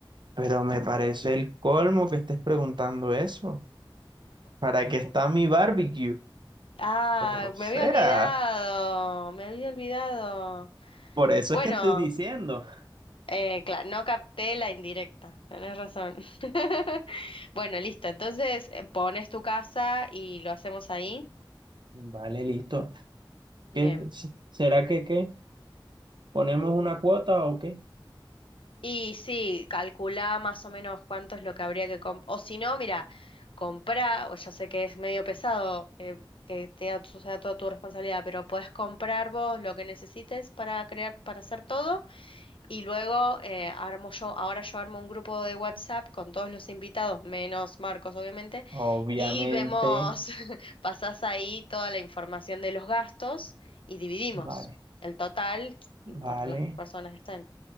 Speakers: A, on the right; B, on the left.
A: pero me parece el colmo que estés preguntando eso. ¿Para qué está mi barbecue?
B: Ah,
A: O sea,
B: me había olvidado, me había olvidado.
A: por eso
B: Bueno,
A: es que estoy diciendo.
B: eh, claro, no capté la indirecta, tenés razón. <laughs> Bueno, listo, entonces eh, pones tu casa y lo hacemos ahí.
A: Vale, listo.
B: Bien.
A: ¿Qué, se- será que qué? ¿Ponemos una cuota o qué?
B: Y sí, calculá más o menos cuánto es lo que habría que comprar. O si no, mira, comprá, o ya sé que es medio pesado eh, que te da tu- sea toda tu responsabilidad, pero podés comprar vos lo que necesites para crear, para hacer todo. Y luego eh, armo yo, ahora yo armo un grupo de WhatsApp con todos los invitados, menos Marcos, obviamente,
A: Obviamente,
B: y vemos, <laughs> pasás ahí toda la información de los gastos y dividimos
A: vale,
B: el total
A: vale.
B: por las personas que estén.